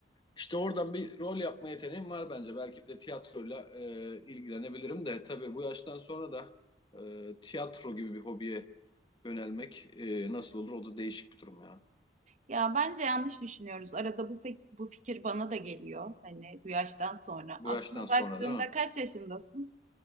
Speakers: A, on the left; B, on the right.
A: işte oradan bir rol yapma yeteneğim var bence. Belki de tiyatroyla e, ilgilenebilirim de tabii bu yaştan sonra da e, tiyatro gibi bir hobiye yönelmek e, nasıl olur o da değişik bir durum ya.
B: Ya bence yanlış düşünüyoruz. Arada bu fik- bu fikir bana da geliyor. Hani bu yaştan sonra.
A: Bu
B: Aslına
A: yaştan sonra
B: baktığında
A: değil mi?
B: kaç yaşındasın?